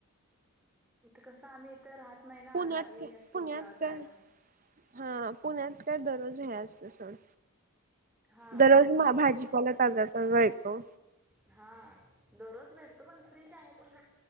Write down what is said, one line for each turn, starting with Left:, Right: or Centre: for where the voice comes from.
Centre: इथं कसं आम्ही इथं राहत नाही ना
Right: पुण्यात
Centre: गावी असतो
Right: पुण्यात
Centre: का
Right: काय?
Centre: कायम
Right: हा, पुण्यात काय दररोज हे असत सोड.
Centre: हा,
Right: दररोज मा भाजीपाला ताजा ताजा येतो.
Centre: हा दरोज भेटतो पण फ्रीच आहे. पण